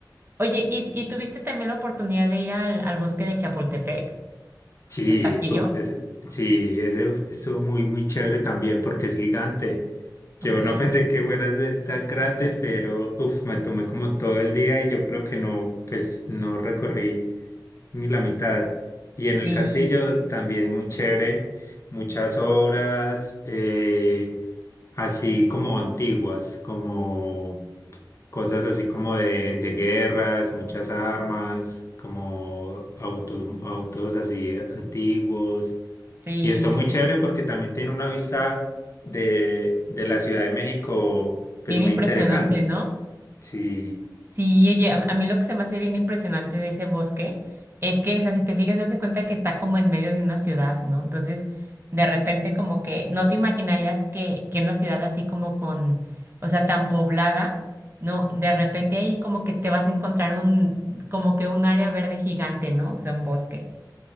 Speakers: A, on the right; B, on the left.
A: Oye, ¿y, y tuviste también la oportunidad de ir al, al bosque de Chapultepec,
B: Sí,
A: el castillo?
B: uf, ese- sí, ese uf, estuvo muy, muy chévere también porque es gigante.
A: Ok.
B: Yo no <laughs> pensé que fuera a ser tan grande, pero uf, me tomé como todo el día y yo creo que no, pues no recorrí ni la mitad. Y en el
A: Y
B: castillo también muy chévere, muchas obras eh, así como antiguas, como cosas así como de, de guerras, muchas armas, como autos, autos así antiguos.
A: sí,
B: Y está muy chévere porque también tiene una vista de, de la Ciudad de México, pues
A: bien
B: muy
A: impresionante,
B: interesante.
A: ¿no?
B: Sí.
A: Sí, oye, a, a mí lo que se me hace bien impresionante de ese bosque es que, o sea, si te fijas, haz de cuenta que está como en medio de una ciudad, ¿no? Entonces, de repente como que no te imaginarías que, que una ciudad así como con, o sea, tan poblada, ¿no? De repente ahí como que te vas a encontrar un, como que un área verde gigante, ¿no? O sea, un bosque.